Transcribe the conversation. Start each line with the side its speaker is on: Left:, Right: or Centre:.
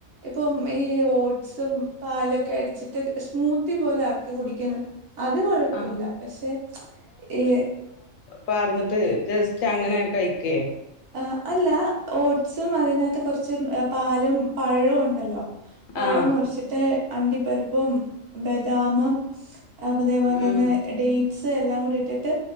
Right: ഇപ്പം ഈ ഓട്സും പാലൊക്കെ അടിച്ചിട്ട് സ്മൂത്തി പോലെ ആക്കി കുടിക്ക്ന്ന് അത് കൊഴപ്പമില്ല
Left: ആഹ്
Right: പക്ഷെ ഏ
Left: പാറന്നിട്ട് ജസ്റ്റ് അങ്ങനെ കഴിക്കേ
Right: ആ അല്ല ഓട്സും അതിനകത്ത് കുറച്ച് പാലും പഴവും ണ്ടല്ലോ പഴം
Left: ആഹ്
Right: മുറിച്ചിട്ട് അണ്ടിപ്പരിപ്പും ബദാമ് അതേപോലെ തന്നെ
Left: ഉം
Right: ഡേറ്റ്സ് എല്ലാം കൂടി ഇട്ടിട്ട്